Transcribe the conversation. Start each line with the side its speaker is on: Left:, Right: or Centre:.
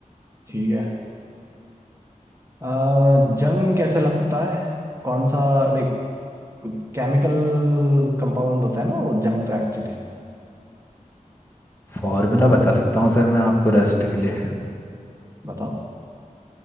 Right: ठीक है आ, जंग कैसे लगता है कौन सा लाइक केमिकल कंपाउंड होता है ना वो जंग तो एक्चुअली
Left: फॉर्मूला बता सकता हूँ सर मैं आपको रस्ट के लिए
Right: बताओ